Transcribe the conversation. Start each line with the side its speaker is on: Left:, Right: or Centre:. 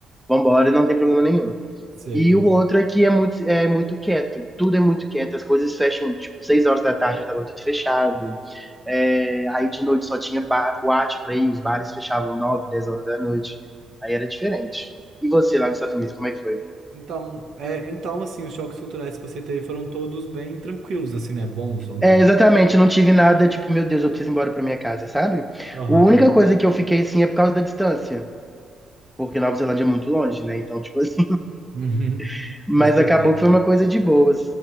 Centre: vambora, não tem problema nenhum.
Right: sei.
Centre: E o outro é que é muito, é muito quieto, tudo é muito quieto, as coisas fecham, tipo, seis horas da tarde já tava tudo fechado, é, aí de noite só tinha bar, boate pra ir, os bares fechavam nove dez horas da noite, aí era diferente. E você lá nos Estados Unidos, como é que foi?
Right: Então, é, então, assim, os choques culturais que você teve foram todos bem tranquilos, assim, né? Bons, vamos
Centre: É,
Right: dizer.
Centre: exatamente, eu não tive nada, tipo, meu Deus, eu preciso ir embora pra minha casa, sabe?
Right: Aham.
Centre: A única coisa que eu fiquei, assim, é por causa da distância, porque Nova Zelândia é muito longe, né? Então, tipo assim,
Right: Uhum.
Centre: <laughs>
Right: <laughs>
Centre: mas
Right: Com certeza.
Centre: acabou que foi uma coisa de boas.